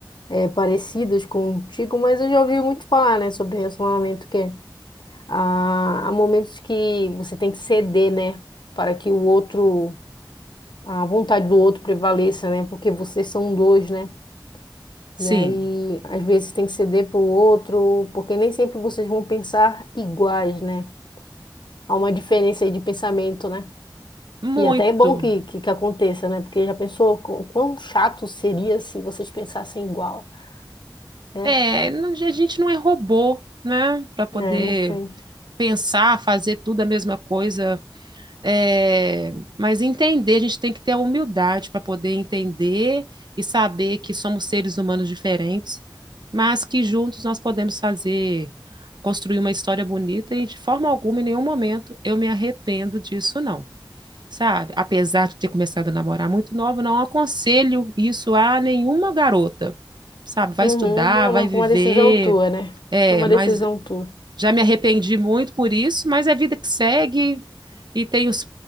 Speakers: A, on the left; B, on the right.
A: é, parecidas contigo, mas eu já ouvi muito falar, né, sobre relacionamento que é, há, há momentos que você tem que ceder, né, para que o outro a vontade do outro prevaleça, né? Porque vocês são dois, né?
B: Sim,
A: E aí, às vezes, tem que ceder para o outro, porque nem sempre vocês vão pensar iguais, né? Há uma diferença aí de pensamento, né?
B: muito.
A: E até é bom que, que, que aconteça, né? Porque já pensou qu- quão chato seria se vocês pensassem igual, né?
B: É, a gente não é robô, né? Para poder
A: É, não tem.
B: pensar, fazer tudo a mesma coisa É, mas entender, a gente tem que ter a humildade para poder entender e saber que somos seres humanos diferentes, mas que juntos nós podemos fazer, construir uma história bonita e de forma alguma, em nenhum momento, eu me arrependo disso, não. Sabe? Apesar de ter começado a namorar muito nova, não aconselho isso a nenhuma garota. Sabe? Vai
A: Uhum,
B: estudar,
A: é uma,
B: vai viver,
A: uma decisão tua, né?
B: é,
A: É uma
B: mas
A: decisão tua.
B: já me arrependi muito por isso, mas é vida que segue, e tem os